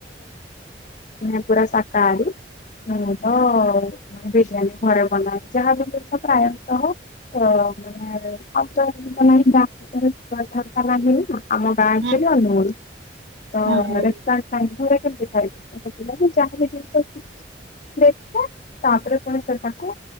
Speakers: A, on the left; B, on the right.
A: <inaudible> ପୁଡା ଶାକାହାରି ମୁଁ ତ ମାନେ ବିରିୟାନୀ ଘରେ ବନାଏ ଯାହାବି ଜିନିଷ ପ୍ରାୟତଃ <unintelligible> ଆମ ଗାଁ ଆଚୁଆଲି
B: ହୁଁ
A: ଅନୁଗୁଳୁ ତ <unintelligible>
B: ହୁଁ ହୁଁ ହୁଁ
A: ସବୁ ବେଳେ କେମିତି ଖାଇବୁ। ଗୋଟେ ପିଲାବିଯାହାବ ବି ଜିନିଷ ଶିଖି ଦେଖେ ତାପରେ ପୁଣି ସେଟାକୁ